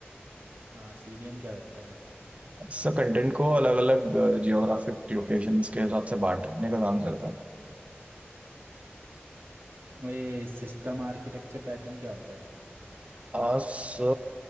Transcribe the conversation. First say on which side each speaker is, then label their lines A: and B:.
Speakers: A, on the right; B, on the right.
A: हाँ सीडीएन क्या करता है
B: सब कंटेंट को अलग अलग जियोग्राफिक लोकेशंस के हिसाब से बांटने का काम करता है
A: ये सिस्टम आर्किटेक्चर पैटर्न क्या होता है
B: आ, सो